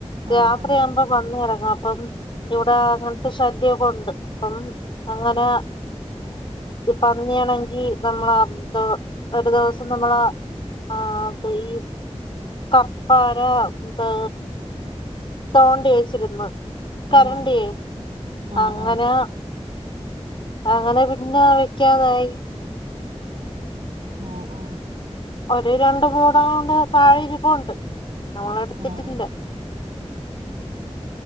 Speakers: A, on the right; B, on the left.
A: ആഹ്
B: രാത്രിയാവുമ്പോ
A: ആഹ്
B: വന്ന് രാ അപ്പം ഇവിടെ അങ്ങൻത്തെ ശല്യൊക്കെ ഒണ്ട് അപ്പം അങ്ങനെ പന്നിയാണെങ്കി നമ്മൾ കെഒരു ദിവസം സം നമ്മള ആ ഈ കപ്പാരത് തോണ്ടി വെച്ചിരുന്ന് കരണ്ടിയേ
A: ആഹ് ആഹ്
B: അങ്ങനെ
A: ആഹ്
B: അങ്ങനെ പിന്നെ വെക്കാതായി
A: ഓ ഓ
B: ഒരു രണ്ട് മൂടെങ്ങാണ്ട് താഴെ ഇരിപ്പുണ്ട് നമ്മളെട്ത്തിട്ടില്ല
A: ആഹ്
B: ഉം